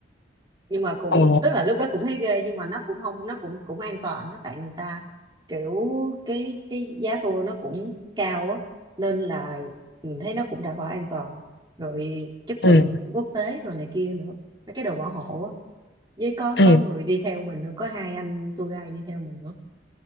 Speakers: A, on the right; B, on the left.
A: nhưng mà cũng
B: ồ
A: tức là lúc đó cũng thấy ghê nhưng mà nó cũng không nó cũng cũng an toàn đó tại người ta kiểu cái cái giá tour nó cũng cao á nên là mình thấy nó cũng đảm bảo an toàn rồi chất lượng
B: ừ
A: quốc tế rồi này kia nữa mấy cái đồ bảo hộ á với có
B: ừ
A: có người đi theo mình nữa có hai anh tour guide đi theo mình nữa